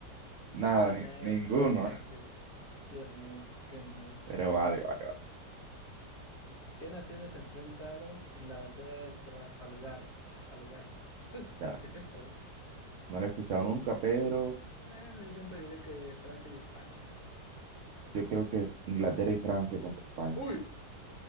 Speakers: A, on the right; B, on the left.
A: Nada,
B: Ah,
A: ni-
B: ne,
A: ninguno.
B: cornetes. Dios mío, qué mal.
A: Pero vale, vale, vale.
B: ¿Qué naciones se enfrentaron en la batalla de Trafalgar? Trafalgar. Pues,
A: Espera,
B: ¿qué es eso?
A: no lo he escuchado nunca,
B: Mm.
A: pero
B: Bueno, yo siempre diré que Francia y España.
A: yo creo que Inglaterra y Francia contra España.
B: ¡Uy!